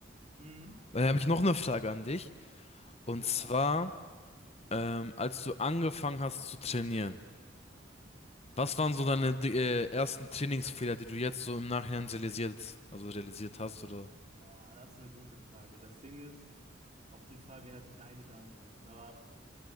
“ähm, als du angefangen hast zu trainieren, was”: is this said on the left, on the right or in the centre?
Left